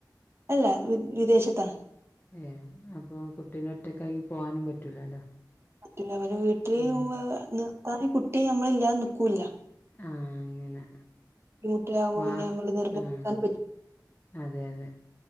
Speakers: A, on the right (about 35°); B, on the left (about 25°).
A: അല്ല വ് വിദേശത്താണ്
B: ഏ അപ്പൊ കുട്ടീനെ ഒറ്റകാകി പോവാനും പറ്റൂലല്ലോ
A: ഇല്ല അവര് വീട്ടില്
B: ഉം
A: ഉമ്മ നിർത്താന് കുട്ടി അമ്മളില്ലാതെ നിക്കൂല്യ
B: ആഹ് അങ്ങനെ
A: ബുദ്ധിമുട്ടിലാകുമ്പോ
B: മ
A: പിന്നെ നമ്മള് നിർബന്ധിക്കാൻ
B: ആഹ് അതെ യതെ